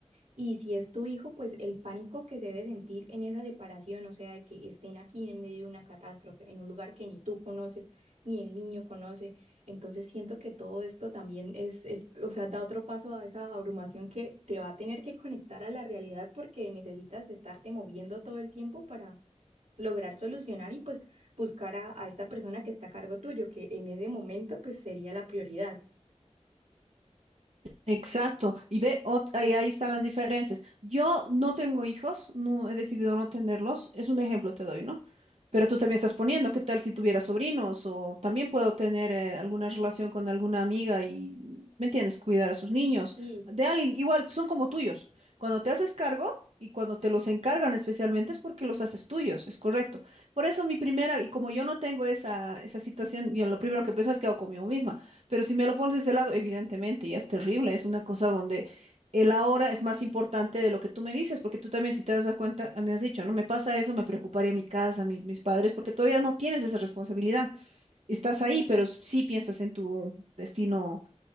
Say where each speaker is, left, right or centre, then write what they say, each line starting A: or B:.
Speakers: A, on the right; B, on the right.
A: Y si es tu hijo, pues el pánico que se debe sentir en esa separación, o sea, de que estén aquí en medio de una catástrofe, en un lugar que ni tú conoces, ni el niño conoce. Entonces siento que todo esto también es, es, o sea, da otro paso a esa abrumación que te va a tener que conectar a la realidad porque necesitas estarte moviendo todo el tiempo para lograr solucionar y pues buscar a, a esta persona que está a cargo tuyo, que en ese momento pues sería la prioridad.
B: Exacto, y ve, ot- ahí, ahí están las diferencias. Yo no tengo hijos, no he decidido no tenerlos, es un ejemplo te doy, ¿no? Pero tú también estás poniendo, ¿qué tal si tuviera sobrinos? O también puedo tener eh, alguna relación con alguna amiga y, ¿me entiendes? Cuidar a sus niños.
A: Sí.
B: De alguien, igual, son como tuyos. Cuando te haces cargo y cuando te los encargan especialmente es porque los haces tuyos, es correcto. Por eso mi primera, y como yo no tengo esa, esa situación, yo lo primero que pienso es que hago conmigo misma. Pero si me lo pones de ese lado, evidentemente, ya es terrible. Es una cosa donde el ahora es más importante de lo que tú me dices, porque tú también si te das a cuenta, ah, me has dicho, no me pasa eso, me preocuparía mi casa, mis, mis padres, porque todavía no tienes esa responsabilidad. Estás ahí, pero sí piensas en tu destino